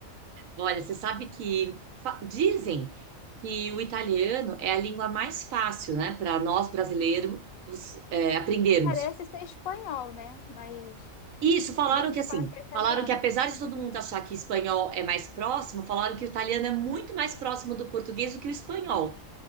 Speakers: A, on the right; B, on the left.
A: Olha, você sabe que fa- dizem que o italiano é a língua mais fácil, né, para nós brasileiros é, aprendermos.
B: Parece ser espanhol, né? Mas
A: Isso, falaram
B: tem gente
A: que
B: que
A: assim,
B: fala que é italiano.
A: falaram que apesar de todo mundo achar que espanhol é mais próximo, falaram que o italiano é muito mais próximo do português do que o espanhol.